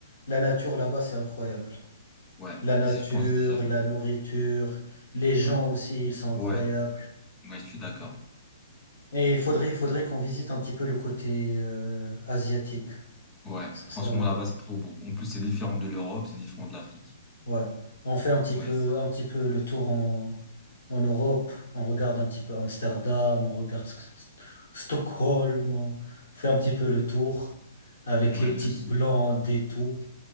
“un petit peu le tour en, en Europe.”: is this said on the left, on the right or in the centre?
Left